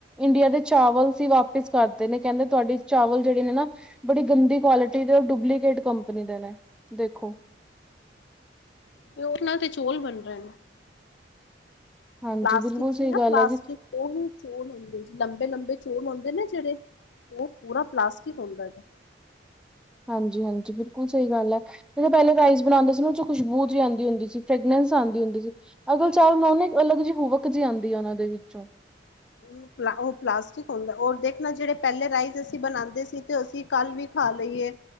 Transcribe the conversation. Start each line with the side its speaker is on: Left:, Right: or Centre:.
Centre: ਇੰਡੀਆ ਦੇ ਚਾਵਲ ਸੀ ਵਾਪਿਸ ਕਾਰਤੇ ਨੇ, ਕੈਂਦੇ ਤੁਆਡੇ ਚਾਵਲ ਜੇੜੇ ਨੇ ਨਾ, ਬੜੀ ਗੰਦੀ ਕੋਲਟੀ ਦੇ ਡੁਪਲੀਕੇਟ ਕੰਪਨੀ ਦੇ ਨੇ। ਦੇਖੋ।
Left: ਤੇ ਓਨਾਂ ਤੇ ਚੋਲ ਬਨ ਰੇ ਨੇ।
Centre: ਹਾਂਜੀ
Left: ਪਲਾਸਟਿਕ
Centre: ਬਿਲਕੁਲ
Left: ਸੀ
Centre: ਸਹੀ
Left: ਨਾ
Centre: ਗੱਲ
Left: ਪਲਾਸਟਿਕ,
Centre: ਹੈ ਜੀ
Left: ਓਹੀ ਚੋਲ ਹੋਂਦੇ ਲੰਬੇ, ਲੰਬੇ ਚੋਲ ਹੋਂਦੇ ਨੇ ਜੇੜੇ ਓ ਪੂਰਾ ਪਲਾਸਟਿਕ ਹੋਂਦਾ ਜੇਬ।
Centre: ਹਾਂਜੀ, ਹਾਂਜੀ ਬਿਲਕੁਲ ਸਈ ਗਾੱਲ ਐ। ਜੇੜ ਪੈਲੇ ਗਾਈਜ਼ ਬਣਾਂਦੇ ਸੀ ਨਾ ਓਚੋ ਖੁਸ਼ਬੂ ਜੀ ਆਂਦੀ ਹੁੰਦੀ ਸੀ, ਫ੍ਰੇਗਨੇਂਸ ਆਂਦੀ ਹੁੰਦੀ ਸੀ ਐ ਵਾਲੇ ਚਾਵਲ ਬਨਾਓ ਨਾ, ਇੱਕ ਅਲੱਗ ਜੀ ਹੂਵਕ ਜੀ ਆਂਦੀ ਐ ਐਨਾਂ ਦੇ ਵਿੱਚੋਂ।
Left: ਉ ਪਲਾ, ਓ ਪਲਾਸਟਿਕ ਹੋਂਦਾ ਓਰ ਦੇਖਨਾ ਜੇੜੇ ਪੈਲੇ ਰਾਈਸ ਅਸੀਂ ਬਣਾਂਦੇ ਸੀ, ਤੇ ਅਸੀਂ ਕਾੱਲ ਵੀ ਖਾ ਲਈਏ